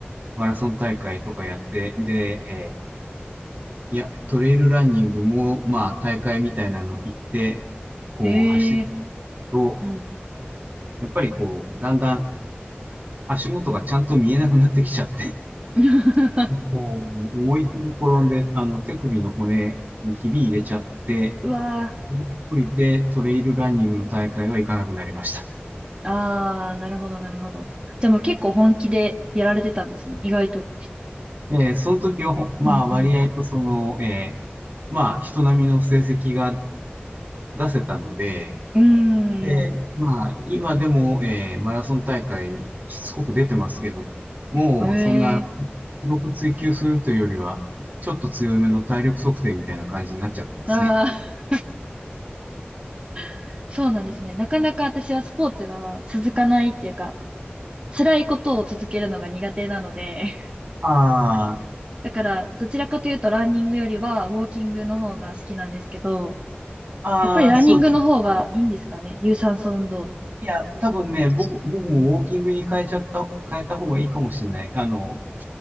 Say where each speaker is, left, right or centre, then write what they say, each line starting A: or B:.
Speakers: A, on the right; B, on the right.
A: マラソン大会とかやって、で、えーいや、トレイルランニングも、まあ大会みたいなの行って、こう走る
B: へえ
A: と、
B: うん
A: やっぱりこう、だんだん足元がちゃんと見えなくなってきちゃって、
B: <laughs>
A: <laughs> でこう、思いっきり転んで、あの、手首の骨にひび入れちゃって、
B: うわ
A: それで降りてトレイルランニングの大会は行かなくなりました。
B: ー。ああ、なるほど、なるほど。じゃあもう結構本気でやられてたんですね、意外と。
A: えーその時は、まあ、
B: うんうん
A: 割合とその、えーまあ、人並みの成績が出せたので、
B: うー
A: で、
B: ん。
A: まあ、今でも、えーマラソン大会、しつこく出てますけど、もう、
B: ええ
A: そんな、記録追求するというよりは、ちょっと強めの体力測定みたいな感じになっちゃってますね。
B: ああー、<laughs> そうなんですね。なかなか私はスポーツが続かないっていうか、辛いことを続けるのが苦手なので、
A: ああ、
B: だから、どちらかというとランニングよりはウォーキングの方が好きなんですけど、
A: ああ、
B: やっぱりランニングの方がいいんですかね。
A: そうです。
B: 有酸素運動
A: いや、
B: として。
A: 多分ね、僕、僕もウォーキングに変えちゃった、変えた方がいいかもしれない。あの、